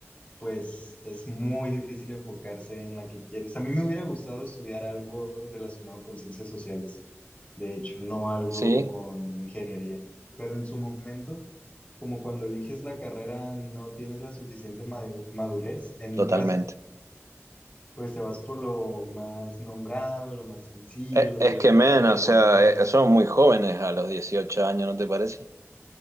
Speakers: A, on the left; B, on the right.
A: pues es muy difícil enfocarse en la que quieres. A mí me hubiera gustado estudiar algo relacionado con ciencias sociales, de hecho, no algo
B: Sí,
A: con ingeniería. Pero en su momento, como cuando eliges la carrera, no tienes la suficiente madu- madurez, en
B: totalmente.
A: mi caso pues te vas por lo más nombrado, lo más sencillo,
B: Es,
A: lo
B: es
A: que la
B: que,
A: gente
B: men,
A: te recomienda.
B: o sea, eh, somos muy jóvenes a los 18 años, ¿no te parece?